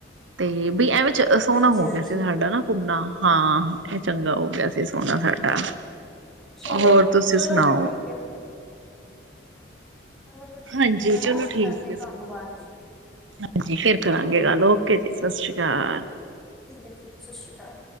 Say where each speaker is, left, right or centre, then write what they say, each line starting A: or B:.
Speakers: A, on the right; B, in the centre.
A: ਤੇ ਬਈ ਐੰਵੇ ਚ ਸੋਹਣਾ
B: ਹਾਂਜੀ
A: ਹੋ
B: ਹਾਂਜੀ
A: ਗਿਆ ਸੀ, ਸਾਡਾ ਨਾ। ਘੁੰਮਣਾ, ਹਾਂ ਇਹ ਚੰਗਾ ਹੋ ਗਿਆ ਸੀ, ਸੋਹਣਾ ਸਾਡਾ।
B: ਚਲੋ
A: ਹੋਰ, ਤੁਸੀਂ
B: ਚਲੋ
A: ਸੁਣਾਓ?
B: ਫਿਰ ਠੀਕ ਹੈ। ਚਲੋ ਫਿਰ ਠੀਕ
A: ਹਾਂਜੀ
B: ਹੈ ਮੈਂ
A: ਚਲੋ
B: ਨਾ
A: ਠੀਕ
B: ਕਰਦੀ
A: ਹੈ
B: ਤੁਹਾਨੂੰ ਬਾਅਦ 'ਚ
A: ਹਾਂਜੀ ਫਿਰ ਕਰਾਂਗੇ ਗੱਲ ਓਕੇ ਜੀ ਸਤਿ ਸ਼੍ਰੀ ਅਕਾਲ।
B: ਠੀਕ ਹੈ ਠੀਕ ਹੈ ਸਤਿ ਸ਼੍ਰੀ ਅਕਾਲ।